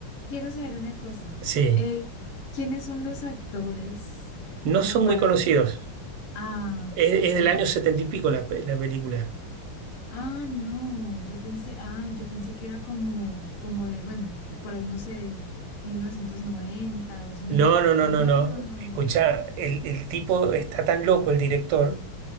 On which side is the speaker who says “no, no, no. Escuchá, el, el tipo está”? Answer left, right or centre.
Right